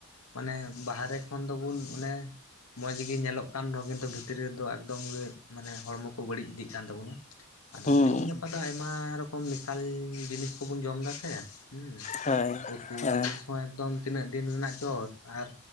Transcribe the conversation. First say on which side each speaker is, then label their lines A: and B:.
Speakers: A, on the left; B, on the left.
A: ᱢᱟᱱᱮ ᱵᱟᱦᱮᱨᱮ ᱠᱷᱚᱱ ᱫᱚᱵᱚᱱ ᱚᱱᱮ ᱢᱚᱸᱡᱽ ᱜᱤ ᱧᱮᱞᱚᱜ ᱠᱟᱱ ᱫᱚ ᱠᱤᱱᱛᱩ ᱵᱷᱤᱛᱨᱤ ᱨᱮᱫᱚ ᱮᱠᱫᱚᱢ ᱜᱮ ᱢᱟᱱᱮ ᱦᱚᱲᱢᱚ ᱠᱚ ᱵᱟᱹᱲᱤᱡ ᱤᱫᱤᱜ ᱠᱟᱱ ᱛᱟᱵᱚᱱᱟ ᱾ ᱟᱫᱚ
B: ᱦᱩᱸ
A: ᱛᱤᱦᱤᱧ ᱜᱟᱯᱟ ᱫᱚ ᱟᱭᱢᱟ ᱨᱚᱠᱚᱢ ᱢᱮᱥᱟᱞ ᱡᱤᱱᱤᱥ ᱠᱚᱵᱚᱱ ᱡᱚᱢ ᱫᱟᱥᱮ ᱦᱩᱸ
B: ᱦᱳᱭ
A: ᱾ ᱩᱛᱩ
B: ᱦᱳᱭ
A: ᱡᱤᱱᱤᱥ ᱦᱚᱸ ᱮᱠᱫᱚᱢ ᱛᱤᱱᱟᱹᱜ ᱫᱤᱱ ᱨᱮᱱᱟᱜ ᱪᱚ ᱟᱨ